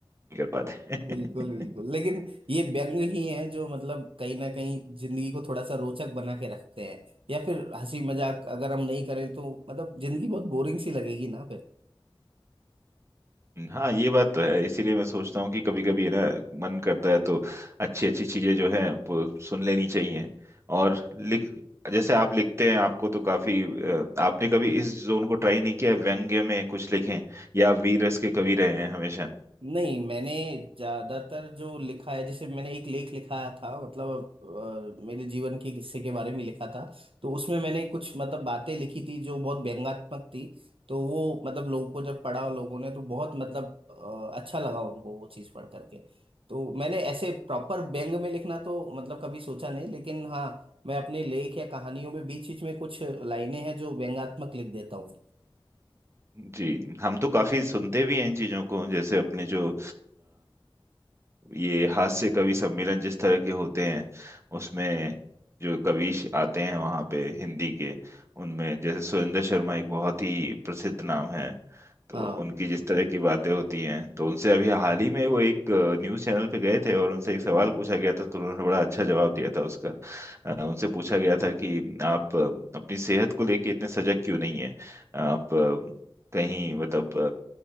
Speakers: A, on the right (about 30°); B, on the right (about 75°).
A: कर पाते
B: बिल्कुल बिल्कुल
A: <laughs>
B: लेकिन ये व्यंग ही हैं जो मतलब कहीं ना कहीं जिंदगी को थोड़ा सा रोचक बना के रखते हैं या फिर हंसी मजाक अगर हम नहीं करें तो मतलब जिंदगी बहुत बोरिंग सी लगेगी ना
A: हाँ ये बात तो है इसीलिए मैं सोचता हूँ कि कभी कभी है ना मन करता है तो अच्छी अच्छी चीजें जो है वो सुन लेनी चाहिए और लिख जैसे आप लिखते हैं आपको तो काफी अ, आपने कभी इस जोन को ट्राई नहीं किया है, व्यंग्य में कुछ लिखें या आप वीर रस के कवि रहे हैं हमेशा
B: नहीं मैंने ज्यादातर जो लिखा है जैसे मैंने एक लेख लिखा था मतलब अ, मेरे जीवन के किस्से के बारे में लिखा था तो उसमें मैंने कुछ मतलब बातें लिखी थी जो बहुत व्यंग्यात्मक थी तो वो मतलब लोगों को जब पढ़ा लोगों ने तो बहुत मतलब अ, अच्छा लगा उनको वो चीज़ पढ़ करके तो मैंने ऐसे प्रॉपर व्यंग में लिखना तो मतलब कभी सोचा नहीं लेकिन हाँ मैं अपने लेख या कहानियों में बीच बीच में कुछ लाइनें हैं जो व्यंग्यात्मक लिख देता हूँ
A: जी हम तो काफी सुनते भी हैं इन चीजों को जैसे अपने जो ये हास्य कवि सम्मेलन जिस तरह के होते हैं उसमें जो कवि आते हैं वहाँ पे हिंदी के उनमें जैसे सुरेंद्र शर्मा एक बहुत ही प्रसिद्ध नाम है तो
B: हाँ
A: उनकी
B: बिल्कुल
A: जिस तरह की बातें होती हैं तो उनसे अभी हाल ही में वो एक न्यूज़ चैनल पे गए थे और उनसे एक सवाल पूछा गया था तो उन्होंने बड़ा अच्छा जवाब दिया था उसका अ, उनसे पूछा गया था कि आप अ, अपनी सेहत को लेके इतने सजग क्यों नहीं है आप अ, कहीं मतलब